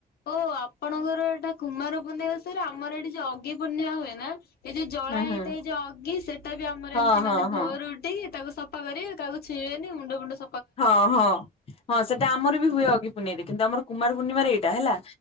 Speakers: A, on the left (about 85°); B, on the left (about 35°).
A: ଓ ଆପଣଙ୍କର ଏଟା କୁମାରପୂନେଇ ଓଷାରେ ଆମର ଏଠି ଯୋଉ ଅଘିପୂର୍ଣ୍ଣିମା ହୁଏ ନା ଏଇ ଯୋଉ ଜଳା
B: ହୁଁ
A: ହେଇଥାଏ
B: ହୁଁ
A: ଯୋଉ ଅଗି ସେଟା ବି ଆମର
B: ହଁ
A: ଏମିତି
B: ହଁ
A: ମାନେ
B: ହଁ
A: ଭୋରୁଟି ତାକୁ ସ ପରେ ତାକୁ ଛିନ ମୁଣ୍ଡ ଫୁଣ୍ଡ ସବୁ
B: ହଁ ହଁ ହଁ ସେଟା ଆମର ବି ହୁଏ। ଅଘି ପୁ କିନ୍ତ ଆମ କୁମାର ପର୍ଣ୍ଣିମାରେ ଏଇଟା ହେଲା